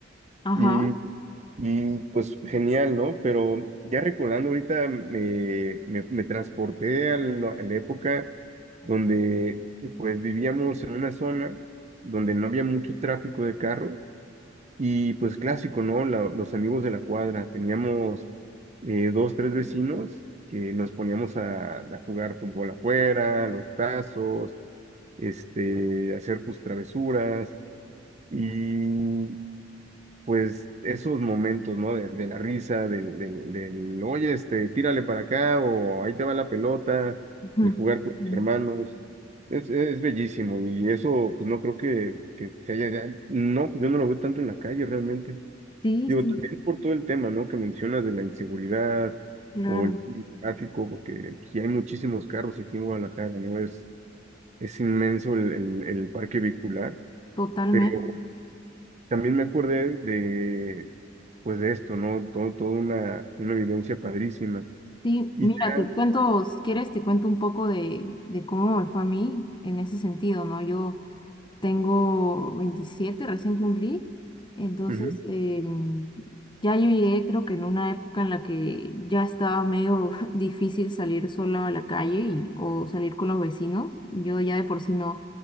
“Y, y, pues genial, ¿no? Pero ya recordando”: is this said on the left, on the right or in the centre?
Right